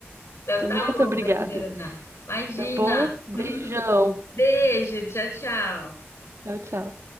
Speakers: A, on the left; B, on the right.
A: Então
B: Muito
A: tá bom,
B: obrigada.
A: Adriana. Imagina.
B: Tá bom?
A: <laughs>
B: Beijão.
A: Beijo, tchau, tchau.
B: Tchau, tchau.